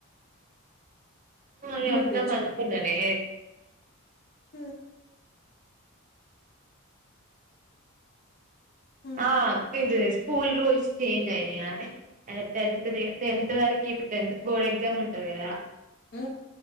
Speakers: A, on the right; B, on the left.
A: అ
B: గుర్తు
A: వద్దాం అనుకున్నానే
B: హ ఉమ్
A: ఆ స్కూల్ రూల్స్ంజ్ అయిే అ ట టెన్త్ వర ఇప్పుడు టెన్త్ బోర్డ్ ఎగ్జామ్ ఉంటది కదా
B: హ